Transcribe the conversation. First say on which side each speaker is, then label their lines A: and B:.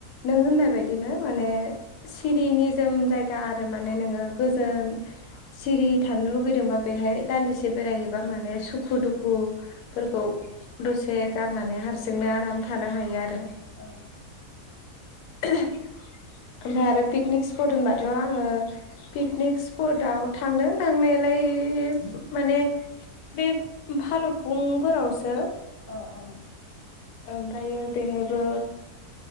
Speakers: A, on the left (about 85°); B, on the left (about 40°).
A: नों होननाय बायद बिदिनो माने सिरि निजोम जायगा आरो माने नोङो गोजोन सिरि थानो लुुबैदोंबा बेहाय दान्दिसे बेरायहैबा माने सुखु दुखु फोरखौ दसे गारनानै हारसिंनो आराम थानो हायो आरो
B: औ
A: ओमफाय आरो पिकनिक सिपट होनबाथ' आङो पिकनिक स्पटाव थांदों थांनायालाय माने बे फालुफुंफोरावसो
B: अ अ अ
A: ओमफ्रायो बेहायबो